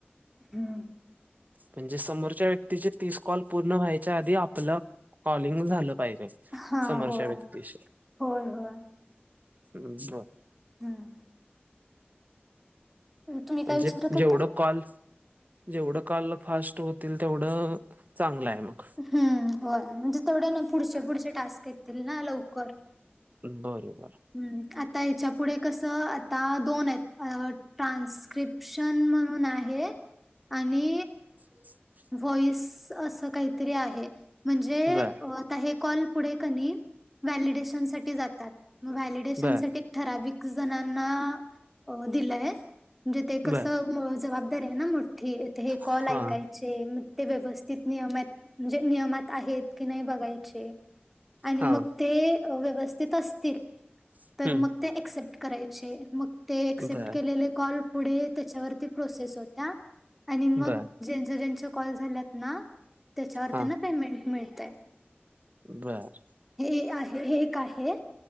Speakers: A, in the centre; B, on the right.
A: हम्म
B: म्हणजे समोरच्या व्यक्तीचे तीस कॉल पूर्ण व्हायच्या आधी आपलं कॉलिंग झालं पाहिजे
A: हा
B: समोरच्या
A: होय
B: व्यक्तीशी.
A: होय होय
B: हम्म बरं
A: हम्म तुम्ही काय
B: म्हणजे
A: विचारत होता
B: जेवढं कॉल जेवढं काल फास्ट होतील तेवढं चांगलं आहे मग.
A: हम्म होय म्हणजे तेवढ्या ना पुढचे पुढचे टास्क येतील ना लवकर
B: बरोबर
A: हम्म आता ह्याच्या पुुढे कसं? आता दोन आहेत ट्रान्स्क्रिप्शन म्हणून आहे आणि
B: <inaudible>
A: व्हॉईस असं काहीतरी आहे म्हणजे
B: बर
A: कॉल पुढे का नाही व्हॅलीडेशन साठी जातात मग व्हॅलीडेशन
B: बर
A: साठी ठराविक जणांना दिलंय म्हणजे ते कसं
B: बर
A: जबाबदारी आहे ना मोठी हे कॉल
B: हा
A: ऐकायच चे मग ते व्यवस्थित नियमात म्हणजे नियमात आ की नाही बघायचे आणि
B: हा
A: मग ते व्यवस्थित असतील
B: हम्म
A: तर मग ते ॲक्सेप्ट करायचे मग ते ॲक्सेप्ट
B: बर
A: केलेले कॉल पुढे त्याच्यावरती प्रोसेस होत्या आणि मग
B: बर
A: ज्याचे ज्याचे कॉल झाल्यात ना त्याच्यावर
B: हा
A: त्यांना पेमेंट मिळतय
B: बर
A: हे आहे हे एक आहे.